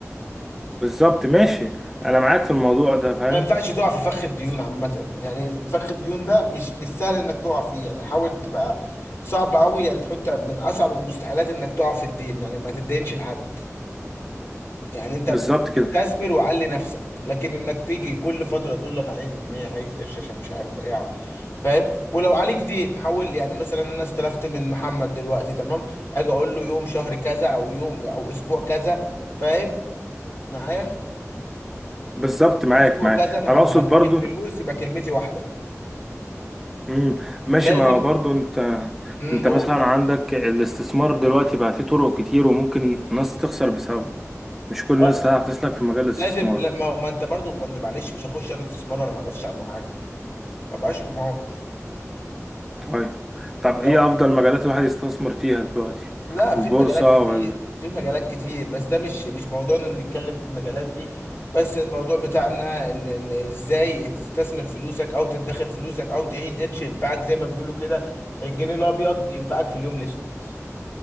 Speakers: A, in the centre; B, on the left (about 55°).
A: بالظبط ماشي انا معاك في الموضوع ده فاهم
B: ما ينفعش تقع في فخ الديون عامة يعني فخ الديون ده مش مش سهل انك تقع فيه يعني حاول تبقى صعب قوي يعني تحط من اصعب المستحيلات انك تقع في الدين يعني ما تدينش لحد يعني انت
A: بالظبط كده
B: استثمر وعلي نفسك لكن انك تيجي كل فتره تقول له انا عايز جنيه عايز قرش عشان مش عارف ايه فاهم ولو عليك دين حول يعني مثلا انا استلفت من محمد دلوقتي تمام اجي اقول له يوم شهر كذا او يوم او اسبوع كذا فاهم معايا
A: بالظبط معاك
B: اسبوع
A: معاك
B: كذا انا
A: انا
B: هبقى
A: اقصد
B: هديك
A: برضو
B: الفلوس يبقى كلمتي واحده
A: امم ماشي
B: لازم
A: ما هو برضو انت
B: امم
A: انت
B: قول
A: مثلا عندك الاستثمار دلوقتي بقى فيه طرق كتير وممكن ناس تخسر بسببه مش كل
B: اه
A: الناس هتعرف تسلك في مجال الاستثمار
B: لازم لا ما, ما انت برضو ما انت معلش مش هخش انا استثمار وانا ما اعرفش عنه حاجه ما بقاش حمار
A: طيب طب
B: ده
A: ايه افضل مجالات الواحد يستثمر فيها دلوقتي
B: لا في
A: البورصة
B: مجالات كتير
A: ولا
B: في مجالات كتير بس ده مش مش موضوعنا ان نتكلم في المجالات دي بس الموضوع بتاعنا ان ان ازاي تستثمر فلوسك او تدخر فلوسك او تعين قرش ينفعك زي ما بيقولوا كده الجنيه الابيض ينفعك في اليوم الاسود